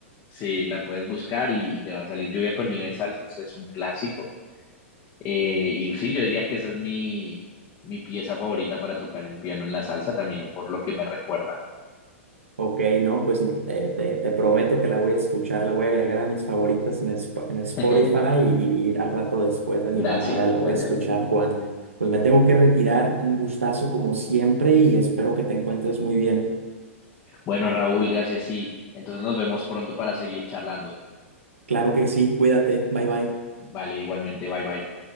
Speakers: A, on the left; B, on the right.
A: Sí, la puedes buscar y, y te va a salir Lluvia con Nieve Salsa, es un clásico. Eh, y sí, yo diría que esa es mi, mi pieza favorita para tocar en piano en la salsa también, por lo que me recuerda, ¿no?
B: Ok, no, pues eh, te, te prometo que la voy a escuchar, la voy a agregar a mis favoritas en, Sp- en Spotify
A: <laughs>
B: y, y- y al rato después de
A: Gracias,
B: mi llamada la
A: gracias.
B: voy a escuchar, Juan. Pues me tengo que retirar, un
A: Listo.
B: gustazo como siempre y espero que te encuentres muy bien.
A: Bueno, Raúl, gracias, sí. Entonces nos vemos pronto para seguir charlando.
B: Claro que sí, cuídate, bye bye.
A: Listo. Vale, igualmente, bye bye.